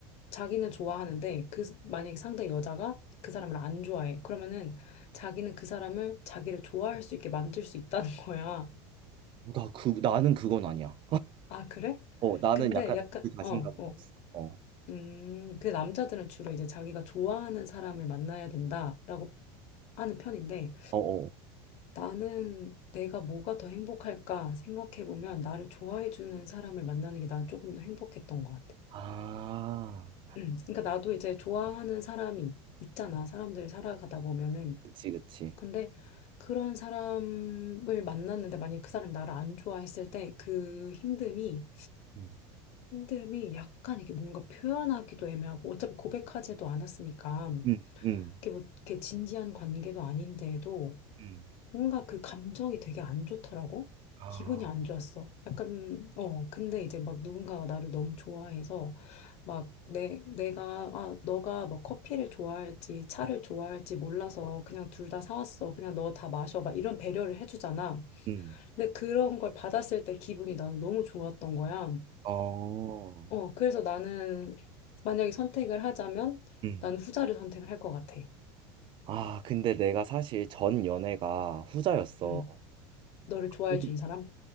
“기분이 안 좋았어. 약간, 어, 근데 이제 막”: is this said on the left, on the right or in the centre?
Left